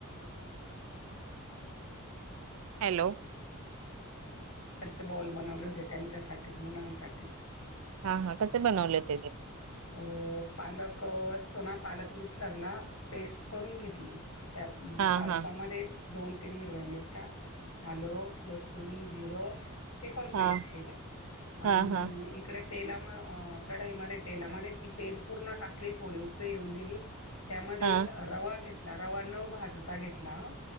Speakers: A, on the right; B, on the left.
A: हॅलो.
B: घरचे बॉल बनवले होते त्यांच्यासाठीच मुलांसाठीच
A: हा हा कसे बनवले ते?
B: अ, पालक असतो ना पालक मिक्सरला पेस्ट करून घेतली त्या
A: हा
B: पालकामध्येच
A: हा
B: दोन तीन हिरव्या मिरच्या आलं लसूण जीर ते पण पेस्ट
A: हा
B: केलं आणि
A: हा हा
B: इकडे तेला मी अ कढाईमध्ये तेलामध्ये ती पेज पूर्ण टाकली थोडी उकळी येऊन दिली ते त्यामध्ये
A: हा
B: रवा घेतला रवा न भाजता घेतला आ